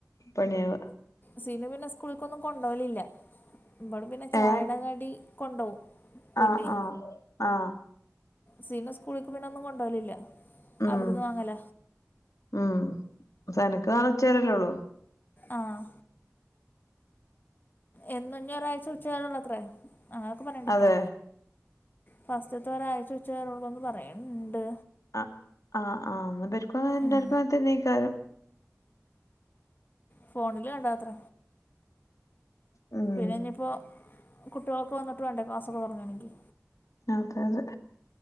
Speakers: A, on the left (about 85°); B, on the left (about 35°).
A: പണിയവ
B: സീനു പിന്നെ സ്കൂൾക്കൊന്നും കൊണ്ടോലില്ല ഇബൾ പിന്നെ ചായട
A: ഏ
B: കടി കൊണ്ടോവും പൊന്നുഎ
A: ആ ആ ആ
B: സിനു സ്കൂളിക്ക് പിന്നെ ഒന്നും കൊണ്ടോലില്ല
A: ഉം
B: അവിടന്ന് വാങ്ങല
A: ഉം സനക്ക് നാള വച്ചേരല്ലോള്ളൂ
B: ആഹ് എന്നും ഞ്ഞ ഒരാഴ്ച ഉച്ചകാരള്ള അത്രേ അങ്ങനൊക്കെ പറയണ്ടട്ടോ
A: അതെ
B: ഫസ്റ്റത്തെ ഒരാഴ്ച വെച്ചു തരള്ളൂ എന്ന് പറയുണ്ട്
A: ആഹ് ആഹ് ആഹ് പ എല്ലർക്കും
B: ഉം
A: നീക്കാലം
B: ഫോണില കണ്ടാത്ര
A: ഉം
B: പിന്നെ ഇഞ്പ്പോ കുട്ട്യാളൊക്കെ വന്നിട്ട വേണ്ടേ ക്ലസ്സൊക്കെ തുടങ്ങി എനിക്ക്
A: അതെ അതെ